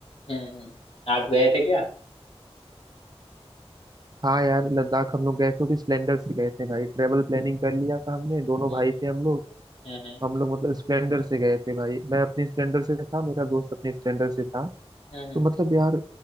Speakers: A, on the left (about 65°); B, on the right (about 40°).
A: हम्म हम्म। आप गए थे क्या
B: हाँ यार लद्दाख हम लोग गए थे वो भी स्प्लेंडर से गए थे भाई ट्रेवल प्लानिंग कर लिया था हमने दोनों
A: हम्म
B: भाई थे हम लोग
A: हम्म
B: हम लोग मतलब स्प्लेंडर से गए थे भाई मैं अपने स्प्लेंडर से था मेरा दोस्त अपने स्प्लेंडर से था
A: हम्म हम्म
B: तो मतलब यार